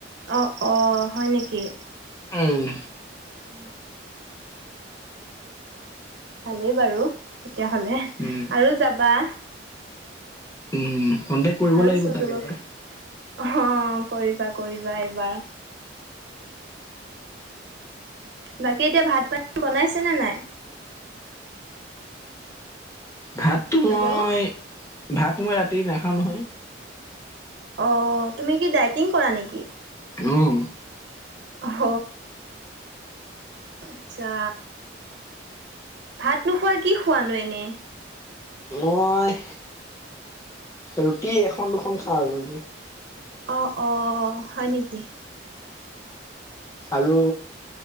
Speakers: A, on the right; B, on the left.
A: অ অ হয় নেকি?
B: উম।
A: অ ভালেই বাৰু তেতিয়াহ'লে
B: উম
A: আৰু যাবা।
B: উম কণ্টেক্ট কৰিব
A: আৰু
B: লাগিব
A: চুৰ
B: তাক
A: কৰিব
B: এবাৰ।
A: অ', কৰিবা কৰিবা এইবাৰ। বাকী এতিয়া ভাত পানী বনাইছে নে নাই?
B: ভাতটো
A: হেল্ল'
B: মই ভাত মই, ভাত মই ৰাতি নাখাওঁ নহয়।
A: অ তুমি কি ডাইটিং কৰা নেকি?
B: অঁ
A: অহ আচ্ছা। ভাত নোখোৱা কি খোৱানো এনেই?
B: মই ৰুটি এখন দুখন খাওঁ আৰু এনে।
A: অ, অ', হয় নেকি?
B: আৰু